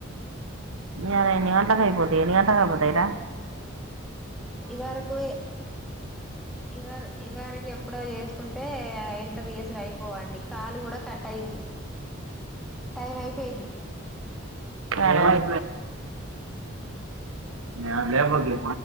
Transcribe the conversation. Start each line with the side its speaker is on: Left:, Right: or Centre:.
Right: ఇయాల ఎన్ని గంట్లకైపోతై ఎన్ని గంట్లకైపోతయిరా
Centre: ఇవరకు ఎ ఇవర్ ఇవరకు ఎప్పుడో చేస్కుంటే ఇంటర్ జేసుడు అయిపోవండి, కాలు గుడ కట్ అయింది టైమై పేంది
Right: సరే <inaudible> న లే బగే